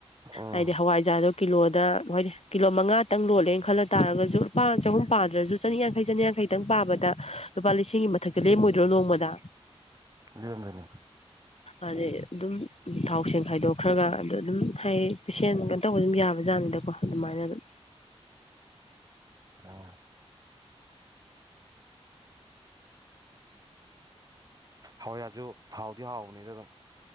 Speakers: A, on the right; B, on the left.
A: ꯎꯝ
B: ꯍꯥꯏꯗꯤ ꯍꯋꯥꯏꯖꯥꯔꯗꯣ ꯀꯤꯂꯣꯗ ꯍꯥꯏꯗꯤ ꯀꯤꯂꯣ ꯃꯉꯥꯇꯪ ꯂꯣꯜꯂꯦꯅ ꯈꯜꯂ ꯇꯥꯔꯒꯁꯨ ꯂꯨꯄꯥ ꯆꯍꯨꯝ ꯄꯥꯗ꯭ꯔꯁꯨ ꯆꯅꯤꯌꯥꯡꯈꯩ ꯆꯅꯤꯌꯥꯡꯈꯩꯇꯪ ꯄꯥꯕꯗ ꯂꯨꯄꯥ ꯂꯤꯁꯤꯡꯒꯤ ꯃꯊꯛꯇ ꯂꯦꯝꯃꯣꯏꯗ꯭ꯔꯣ ꯅꯣꯡꯃꯗ
A: ꯂꯦꯝꯒꯅꯤ
B: ꯑꯗꯩ ꯑꯗꯨꯝ ꯊꯥꯎ ꯁꯦꯟ ꯈꯥꯏꯗꯣꯛꯈ꯭ꯔꯒ ꯑꯗꯨꯗ ꯑꯗꯨꯝ ꯍꯥꯏ ꯁꯦꯟ ꯀꯩꯅꯣ ꯇꯧꯕ ꯑꯗꯨꯝ ꯌꯥꯕꯖꯥꯠꯅꯤꯗꯀꯣ ꯑꯗꯨꯃꯥꯏꯅ ꯑꯗꯨꯝ
A: ꯑꯣ ꯍꯋꯥꯏꯖꯥꯔꯖꯨ ꯍꯥꯎꯗꯤ ꯍꯥꯎꯕꯅꯤꯗ ꯑꯗꯨꯝ